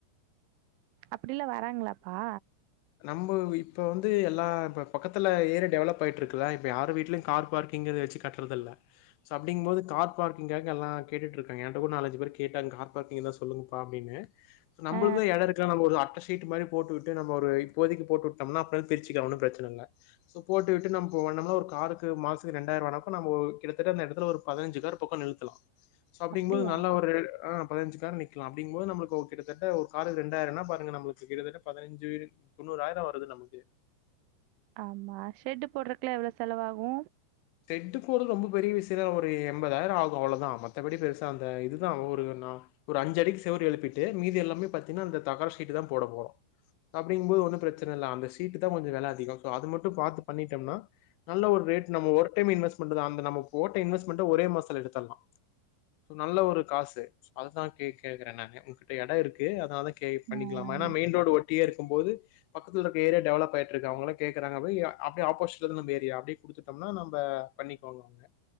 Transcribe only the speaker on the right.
அப்படில்லா வராங்களாப்பா
ஆ
அப்படியா?
ஆமா ஷெட்டு போடுறத்துக்லா எவ்ளோ செலவாகு
ம்.